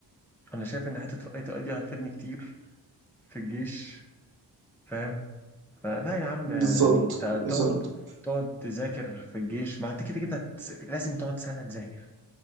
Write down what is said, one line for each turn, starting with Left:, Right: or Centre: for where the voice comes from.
Centre: انا شايف ان حتة الاي تي اي دي هتفيدني كتير في الجيش فاهم فلا
Right: <laughs>
Centre: يا عم يعني
Right: بالظبط
Centre: انت
Right: بالظبط
Centre: تقعد تقعد تذاكر في الجيش ما انت كده كده هتس- لازم تقعد سنة تذاكر